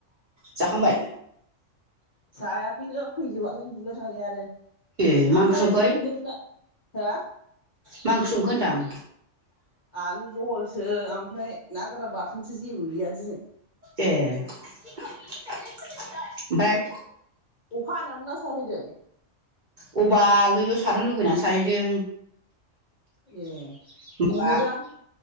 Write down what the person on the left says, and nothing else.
जायाखैनो फैजोबाखैनो दुब्लियाव थांनायानो।
आमफ्राय
नोंना हो
आलु जहलसो ओमफ्राय ना गोरान बाथोनसो जेबो गैया दिनै।
अखा हानायावनो ना सारहैदों?
ए
मोनोदां।